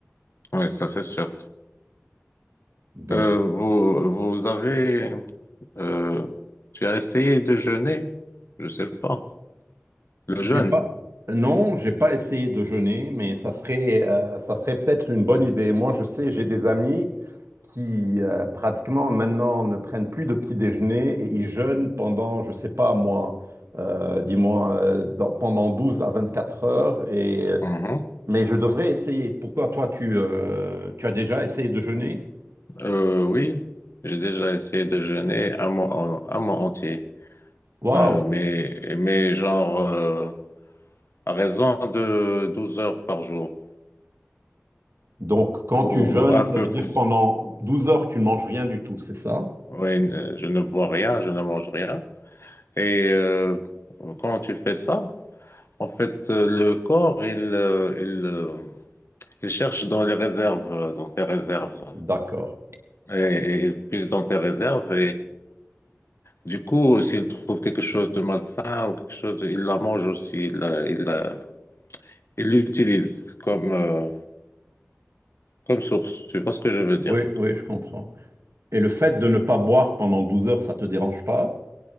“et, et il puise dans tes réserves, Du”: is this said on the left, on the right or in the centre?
Left